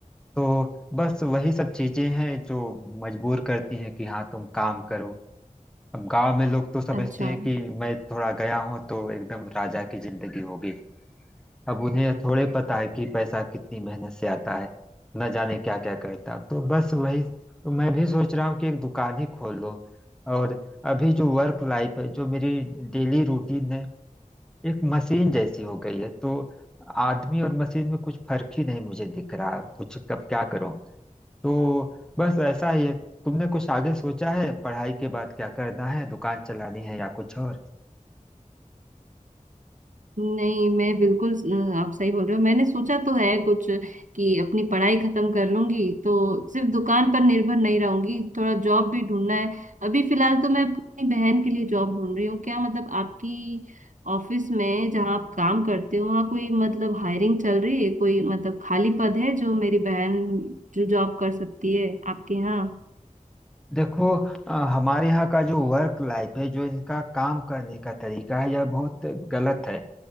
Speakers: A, in the centre; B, on the right (about 70°).
A: तो बस वही सब चीजें हैं जो मजबूर करती हैं कि हाँ तुम काम करो अब गांव में लोग तो समझते
B: अच्छा
A: हैं कि मैं थोड़ा गया हूँ तो एकदम राजा की जिंदगी होगी अब उन्हें यह थोड़े पता है कि पैसा कितनी मेहनत से आता है न जाने क्या क्या करता तो बस वही तो मैं भी सोच रहा हूँ कि एक दुकान ही खोल लो और अभी जो वर्क लाइफ है जो मेरी डेली रूटीन है एक मशीन जैसी हो गई है तो आदमी और मशीन में कुछ फर्क ही नहीं मुझे दिख रहा कुछ कब क्या करो तो बस ऐसा ही है तुमने कुछ आगे सोचा है पढ़ाई के बाद क्या करना है दुकान चलानी है या कुछ और
B: नहीं मैं बिल्कुल अ, आप सही बोल रहे हो मैंने सोचा तो है कुछ कि अपनी पढ़ाई खत्म कर लूंगी तो सिर्फ दुकान पर निर्भर नहीं रहूंगी थोड़ा जॉब भी ढूंढना है अभी फिलहाल तो मैं अपनी बहन के लिए जॉब ढूंढ रही हूँ क्या मतलब आपकी ऑफिस में जहाँ आप काम करते हो वहाँ कोई मतलब हायरिंग चल रही है कोई मतलब खाली पद है जो मेरी बहन जो जॉब कर सकती है आपके यहाँ
A: देखो अ, हमारे यहाँ का जो वर्क लाइफ है जो इनका काम करने का तरीका है यह बहुत गलत है